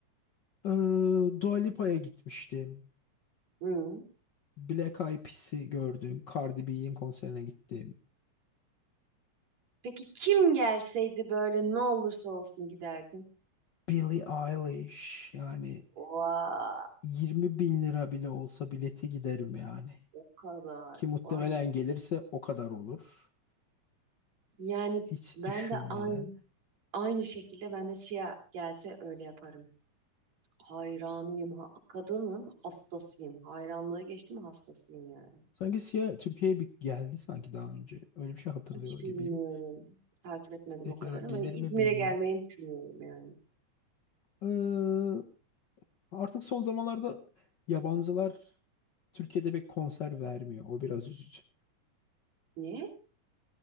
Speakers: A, on the left; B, on the right.
A: e, Dua Lipa'ya gitmiştim.
B: Hı.
A: Black Eyed Peas'i gördüm. Cardi B'nin konserine gittim.
B: Peki kim gelseydi böyle ne olursa olsun giderdim.
A: Billie Eilish yani
B: Vay,
A: 20 bin lira bile olsa bileti giderim yani.
B: o kadar.
A: Ki muhtemelen
B: Vay.
A: gelirse o kadar olur.
B: Yani
A: Hiç
B: ben
A: düşünmeden.
B: de aynı aynı şekilde ben de Siyah gelse öyle yaparım. Hayranıyım. ha- Kadının hastasıyım. Hayranlığı geçtim hastasıyım yani.
A: Sanki Sia Türkiye'ye bir geldi sanki daha önce. Öyle bir şey hatırlıyor
B: Hiç
A: gibiyim.
B: bilmiyorum. Takip etmedim
A: Tekrar
B: o kadar
A: gelir
B: ama İzmir'e
A: mi bilmem.
B: gelmeyi düşünüyorum yani.
A: Ee, artık son zamanlarda yabancılar Türkiye'de bir konser vermiyor. O biraz üzücü.
B: Niye?